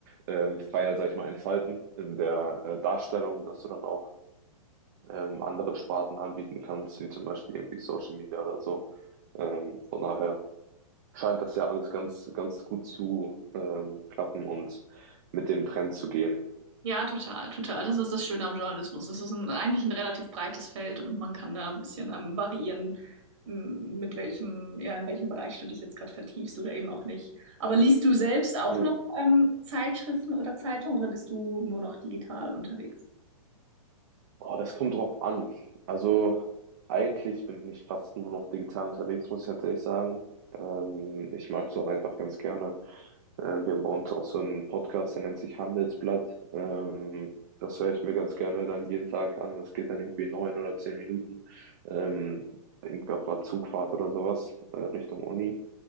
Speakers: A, on the right (about 30°); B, on the right (about 60°).
A: ähm, freier, sag ich mal, entfalten in der äh, Darstellung, dass du dann auch ähm, andere Sparten anbieten kannst, wie zum Beispiel irgendwie Social Media oder so. Ähm, von daher scheint das ja alles ganz, ganz gut zu ähm, klappen und mit dem Trend zu gehen.
B: Ja, total, total. Das ist das Schöne am Journalismus. Das ist ein, eigentlich ein relativ breites Feld und man kann da ein bisschen ähm, variieren, m, mit welchem, ja, in welchem Bereich du dich jetzt gerade vertiefst oder eben auch nicht. Aber liest du selbst auch
A: Mhm.
B: noch ähm, Zeitschriften oder Zeitungen oder bist du nur noch digital unterwegs?
A: Oh, es kommt drauf an. Also eigentlich bin ich fast nur noch digital unterwegs, muss ich tatsächlich sagen. Ähm, ich mag es auch einfach ganz gerne. Ähm, wir haben bei uns auch so einen Podcast, der nennt sich Handelsblatt. Ähm, das höre ich mir ganz gerne dann jeden Tag an. Das geht dann irgendwie neun oder zehn Minuten. Ähm, irgendwie auf der Zugfahrt oder sowas, äh, Richtung Uni.